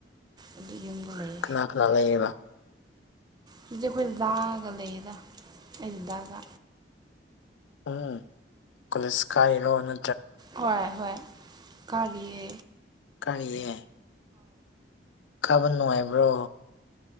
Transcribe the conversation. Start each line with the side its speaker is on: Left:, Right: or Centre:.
Right: ꯑꯗꯨ ꯌꯨꯝꯗ ꯂꯩꯌꯦ
Left: ꯀꯅꯥ ꯀꯅꯥ ꯂꯩꯔꯤꯕꯕ
Right: ꯁꯤꯁꯦ ꯑꯩꯈꯣꯏꯅ ꯗꯥꯑꯒ ꯂꯩꯌꯦꯗ ꯑꯩꯁꯤꯗꯥꯗ
Left: ꯎꯝ ꯀꯂꯁ ꯀꯥꯏꯔꯣꯅ
Right: ꯍꯣꯏ ꯍꯣꯏ ꯀꯔꯤ
Left: ꯀꯥꯔꯤꯌꯦ ꯀꯥꯕ ꯅꯨꯡꯉꯥꯏꯕ꯭ꯔꯣ